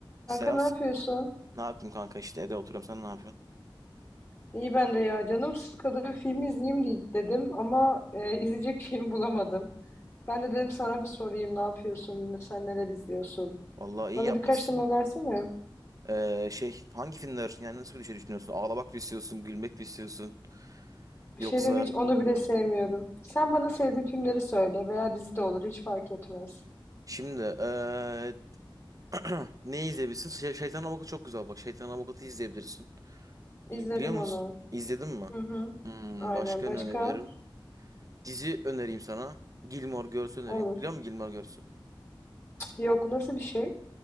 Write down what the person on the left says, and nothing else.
Kanka ne
yapıyorsun?
İyi ben de ya. Canım sıkıldı. bir Film izleyeyim diye dedim ama e, izleyecek <laughs> film bulamadım. Ben de dedim sana bir sorayım ne yapıyorsun? Sen neler izliyorsun?
Bana
birkaç tane önersene.
Bir
şey diyeyim mi, hiç onu bile sevmiyorum. Sen bana sevdiğin filmleri söyle veya dizi de olur hiç fark etmez.
İzledim
onu.
Hı hı.
Aynen
başka?
Olur.
Yok nasıl bir şey?